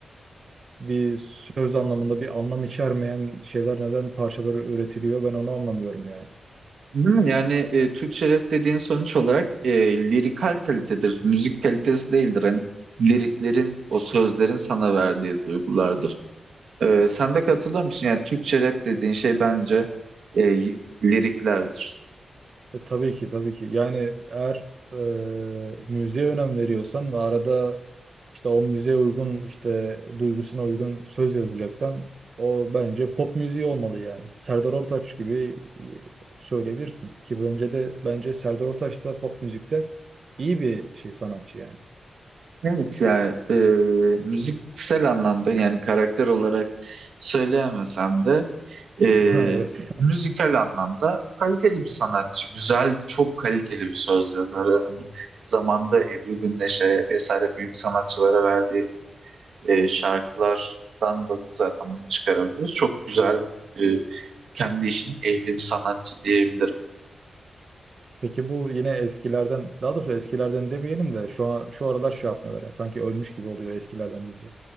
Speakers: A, on the right; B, on the right.
A: bir söz anlamında bir anlam içermeyen şeyler neden parçaları üretiliyor ben onu anlamıyorum yani.
B: değil mi? Yani e, Türkçe rap dediğin sonuç olarak e, lirikal kalitedir. Müzik kalitesi değildir. Hani liriklerin o sözlerin sana verdiği duygulardır. E, sen de katılır mısın? Yani Türkçe rap dediğin şey bence e, liriklerdir.
A: E, tabii ki tabii ki. Yani eğer e, müziğe önem veriyorsan ve arada işte o müziğe uygun işte duygusuna uygun söz yazacaksan o bence pop müziği olmalı yani. Serdar Ortaç gibi e, söyleyebilirsin ki bence de bence Serdar Ortaç da pop müzikte iyi bir şey sanatçı yani. <laughs>
B: Evet ya e, müziksel anlamda yani karakter olarak söyleyemesem de e,
A: Ha, Evet.
B: müzikal anlamda kaliteli bir sanatçı. Güzel, çok kaliteli bir söz yazarı. Hani zamanda Ebru Gündeş'e vesaire büyük sanatçılara verdiği e, şarkılardan da zaten bunu çıkarabiliyoruz. Çok güzel, e, kendi işinin ehli bir sanatçı diyebilirim.
A: Peki bu yine eskilerden, daha doğrusu eskilerden demeyelim de şu an, şu aralar şey yapmıyorlar ya sanki ölmüş gibi oluyor eskilerden deyince.